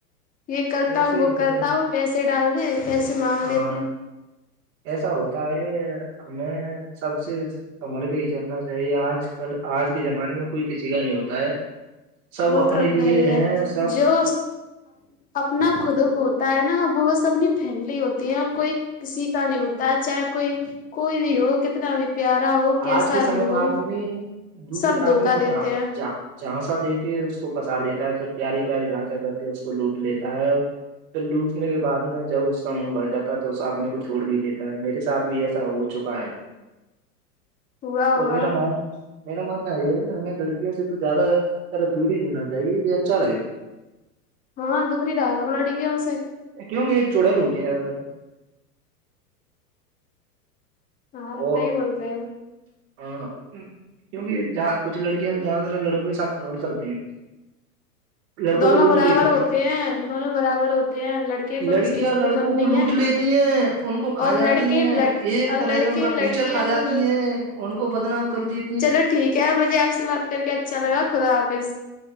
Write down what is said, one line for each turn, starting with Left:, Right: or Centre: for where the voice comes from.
Left: یہ کرتا
Right: ایسے
Left: ہوں
Right: ہی
Left: وہ
Right: ہوتے
Left: کرتا
Right: ہیں
Left: ہوں پیسے ڈال دے پیسے مانگ
Right: ہاں
Left: لیتے ہیں
Right: ایسا ہوتا ہے ہمیں سب سے سمل کے ہی چلنا چاہیے آج کل آج کے زمانے میں کوئی کسی کا نہیں ہوتا ہے سب
Left: بہت
Right: اپنے
Left: اب
Right: لیے
Left: بائی
Right: ہیں
Left: ہے
Right: سب
Left: جو اپنا خود ہوتا ہے نا وہ بس اپنی فیملی ہوتی ہے اور کوئی کسی کا نہیں ہوتا چاہے کوئی کوئی بھی ہو کتنا بھی پیارا ہو کیسا
Right: آج کے سمے
Left: بھی ہو
Right: میں آدمی دوسرے
Left: سب دھوکا
Right: آدمی کو
Left: دیتے
Right: جان
Left: ہیں
Right: جا جھانسا دے کے اس کو پھسا لیتا ہے پھر پیاری پیاری باتیں کر کے اس کو لوٹ لیتا ہے تو لوٹنے کے بعد میں جب اس کا من بھر جاتا ہے تو اس آدمی کو چھوڑ بھی دیتا ہے میرے ساتھ بھی ایسا ہو چکا ہے
Left: ہوا ہوا
Right: اور میرا من میرا ماننا ہے یہ کہ ہمیں لڑکیوں سے تو زیادہ طرح دوری دینا چاہیے یہ اچھا رہے گا
Left: ہاں دوری را گملہڑ کی ہ سےے
Right: کیونک یہ چوڑیل ہوتے ہیں زیادہ تر
Left: ہاں
Right: اور
Left: صحیح بول رہے ہیں
Right: ہاں کیونکہ کچھ لڑکیاں تو زیادہ تر لڑکوں کے ساتھ پر کرتی ہیں <inaudible> لڑکوں
Left: دونوں
Right: کو لوٹ
Left: برابر
Right: لیتی
Left: ہوتے
Right: ہیں
Left: دونوں برابر ہوتے ہیں لڑکے کو
Right: لڑکیاں
Left: بھی کسی سے
Right: لڑکوں
Left: کم نہیں
Right: کو لوٹ
Left: ہے
Right: لیتی ہیں ان کو کھا
Left: اور
Right: جاتی
Left: لڑکے
Right: ہیں ایک
Left: اور
Right: طرح
Left: لڑکے
Right: سے ان کا
Left: لڑکیوں
Right: فیوچر کھا جاتی
Left: کو
Right: ہیں ان کو بدنام کر دی
Left: چلو ٹھیک ہے مجھے آپ سے بات کر کے اچھا لگا خدا حافظ